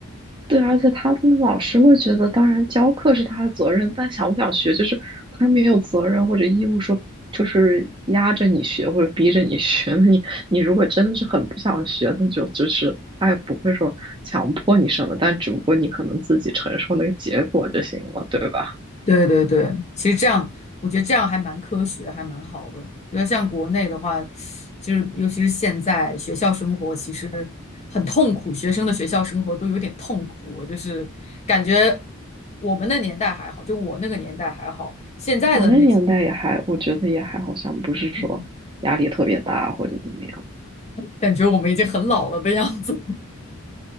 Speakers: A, on the right; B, on the left.
A: 对，而且他们老师会觉得，当然教课是他的责任，但想不想学，就是他没有责任或者义务说，就是压着你学或者逼着你学。<laughs> 你你如果真的是很不想学，那就就是他也不会说强迫你什么，但只不过你可能自己承受那个结果就行了，对吧？
B: 对对对，其实这样，我觉得这样还蛮科学，还蛮好的。比如像国内的话，就是尤其是现在学校生活其实很痛苦，学生的学校生活都有点痛苦。就是感觉我们那年代还好，就我那个年代还好，现在的那些
A: 我那年代也还，我觉得也还好像不是说压力特别大或者怎么样。
B: <laughs> 感觉我们已经很老了的样子。